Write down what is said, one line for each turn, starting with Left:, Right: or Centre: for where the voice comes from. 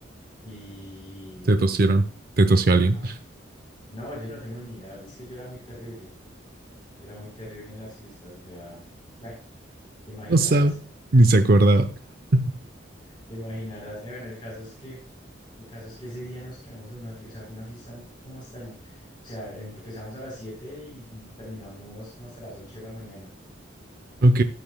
Left: y...
Right: Te tosieron, te tosió alguien.
Left: nos No, yo no tengo ni idea. Es que yo era muy terrible. Yo era muy terrible en las fiestas. O sea, bueno, te imaginarás.
Right: No sabe, ni se acordaba. <laughs>
Left: Te imaginarás. Eh, bueno, el caso es que, el caso es que ese día nos quedamos en una fiesta. O sea, fue una fiesta como hasta el, o sea, empezamos a las 7 y terminamos como hasta las 8 de la mañana.
Right: Ok,